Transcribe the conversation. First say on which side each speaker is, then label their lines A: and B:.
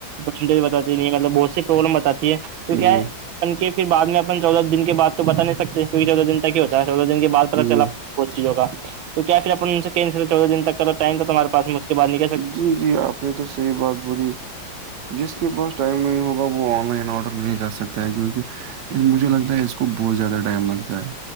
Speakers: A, on the right (about 80°); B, on the right (about 70°).
A: پرج بتاتی نہیں ملب بہتی پرابلم بتاتی ہے تو کیا
B: جی
A: ہے اپ کے پھر بعد میں چودہ دن کے بد تو بتا نہیں سکتے کیکہ چودہ دن ت کیا ہوتا ہے چودہ دن کے بع پتا
B: جی
A: چلا وہ چیزوں کا تو کیا پھر اپ ان سے کیسل چودہ دن تک کر ائم تومارے پاس میں اس کے بعد نہیں
B: جی جی آپ نے تو صحی بات بولی جس کے پاس ٹائم نہیں ہوگا وہ آن لائن آڈر نہیں کر سکتا ہے کیونکہ اس مجھے لگتا ہے اس کو بہت زیادہ ٹائم لگتا ہے